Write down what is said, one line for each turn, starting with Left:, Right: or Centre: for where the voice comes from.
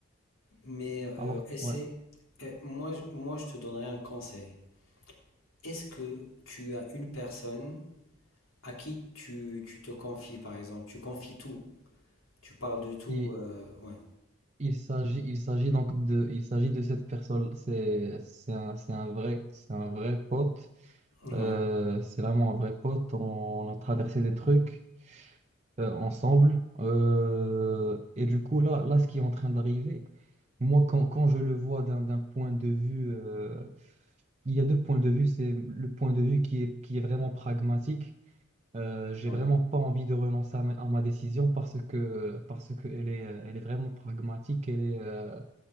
Left: Mais euh,
Right: Alors,
Left: essaie.
Right: ouais.
Left: Euh, moi, je- moi, je te donnerai un conseil. Est-ce que tu as une personne à qui tu, tu te confies, par exemple? Tu confies tout, tu parles de tout,
Right: Et,
Left: euh, ouais,
Right: Il s'agit, il s'agit donc de, il s'agit de cette personne. C'est, c'est un, c'est un vrai, c'est un vrai pote.
Left: ouais,
Right: Euh, c'est vraiment un vrai pote. On, a traversé des trucs euh, ensemble. Euh, et du coup, là, là, ce qui est en train d'arriver, moi, quand, quand je le vois d'un, d'un point de vue, euh, il y a deux points de vue. C'est le point de vue qui est, qui est vraiment pragmatique. Euh, j'ai
Left: ouais,
Right: vraiment pas envie de renoncer à ma, à ma décision parce que, parce que elle est, elle est vraiment pragmatique. Elle est, euh,